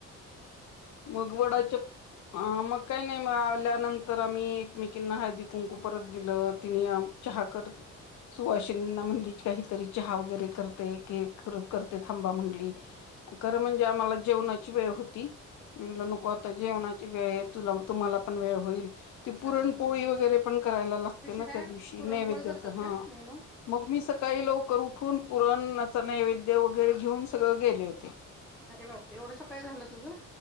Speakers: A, on the left (about 65°); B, in the centre.
A: मग. वडाच्या अ मग काही नाही, मग आल्यानंतर आम्ही एकमेकींना हळदी कुंकू परत दिलं. तिने चहा करते. सुवाशिनींना म्हणली काहीतरी चहा वगैरे करते, केक करते, थांबा म्हंनली. खरं
B: हम्म
A: म्हणजे
B: हम्म
A: आम्हाला जेवणाची वेळ होती, म्हनलं
B: हम्म
A: नको आता
B: हम्म
A: जेवणाची वेळ तु तुम्हाला पण वेळ होईल. ती पुरणपोळी
B: हा हा
A: वगैरे पण करायला लागते ना
B: काय
A: त्या दिवशी
B: पुरणपोळी
A: नैवेद्याच
B: करतात
A: हा
B: काय मेनू
A: मग मी सकाळी लवकर उठून पुरणच नैवेद्य वगैरे घेऊन सगळ गेले होते
B: अरे बापरे एवढस काय झालं तुझं